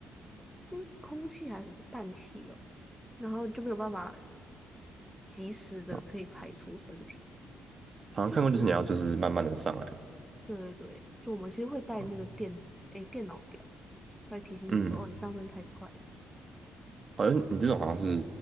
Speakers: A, in the centre; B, on the right.
A: 是空气还是什么氮气哦，然后就没有办法。及时的可以排出身体，
B: 啊，好像看过，
A: 就其实很严。
B: 就是你要就是慢慢的上来嘛
A: 对对对，就我们其实会带那个电子，
B: 啊，
A: 诶，电脑表，会提醒你说，
B: 嗯，
A: 哦，你上升太快什么。
B: 好像你这种好像是